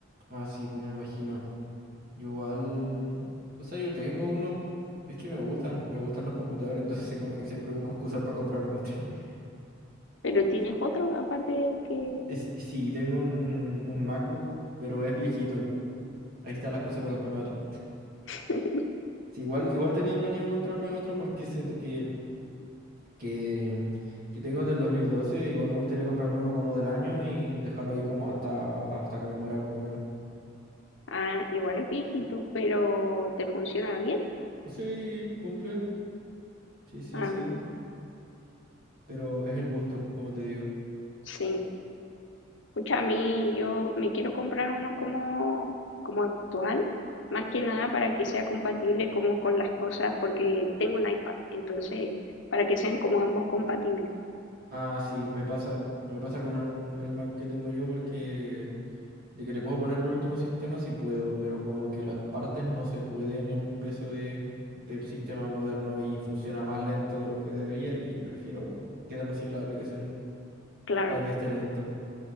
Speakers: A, on the right; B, on the left.
A: ah, sí, pues me imagino. Yo igual, o sea, yo tengo uno, es que me gustan, me gustan los computadores, <laughs> entonces como que siempre busco excusas para comprarme otro. <laughs>
B: Pero tienes otro, aparte del que,
A: Es- sí, tengo un, un, un MacBook, pero es viejito. Ahí está la excusa para comprarme otro.
B: <laughs>
A: Sí, igual, igual tenía planeado comprarme otro porque ese que, que, que tengo del 2012 igual me gustaría comprarme uno como del año y dejarlo ahí como hasta, hasta que me muera poco menos.
B: ah, igual es viejito, pero te funciona bien.
A: Pues sí, cumple. Sí, sí,
B: Ah,
A: sí. Pero es el gusto, como te digo.
B: sí. Pucha, a mí yo me quiero comprar uno como, como actual, más que nada para que sea compatible como con las cosas, porque tengo un iPad, entonces para que sean como ambos compatibles.
A: Ah, sí, me pasa. Me pasa con el, el Mac que tengo yo porque de que le puedo poner el último sistema sí puedo, pero como que las partes no se pueden en el peso de, del sistema moderno y funciona más lento de lo que debería y prefiero quedarme sin las aplicaciones
B: Claro.
A: a que esté lento.